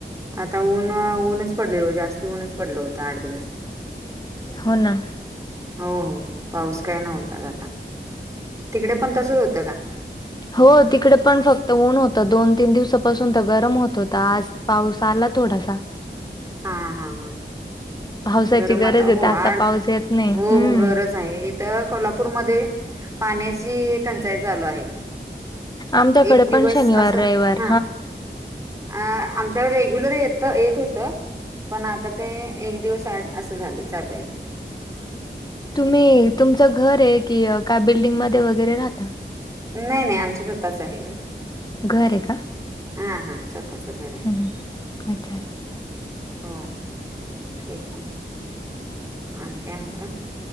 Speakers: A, on the right (about 15°); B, on the left (about 20°).
A: आता ऊन ऊनच पडले जास्त ऊनच पडलं होतं आठ दिवस.
B: हो ना.
A: हो हो पाऊस काय नव्हता आता, तिकडे पण तसंच होतं का?
B: हो तिकडे पण फक्त ऊन होतं, दोन तीन दिवसांपासून तर गरम होत होतं, आज पाऊस आला थोडासा.
A: हा हा हा
B: पावसाची
A: गरम
B: गरज
A: आता
B: आहे
A: हो
B: तर
A: आड
B: पाऊस येत नाही.
A: हो
B: हम्म.
A: हो गरज आहे. इथ कोल्हापूरमध्ये पाण्याची टंचाई चालू आहे.
B: आमच्याकडे
A: एक दिवस
B: पण शनिवार
A: असा,
B: रविवार
A: हा हा. अ आमच्यावर रेग्युलर येत येत होतं. पण आता ते एक दिवस आड असं झाले चालू आहे.
B: तुम्ही तुमचं घर आहे की काय बिल्डिंगमध्ये वगैरे राहता?
A: नाही नाही आमचं स्वतःच आहे घर.
B: घर आहे का?
A: हा हा स्वतःच घर. आहे
B: हम् ह् अच्छा अच्छा.
A: हा तेच की. आणि काय म्हणता?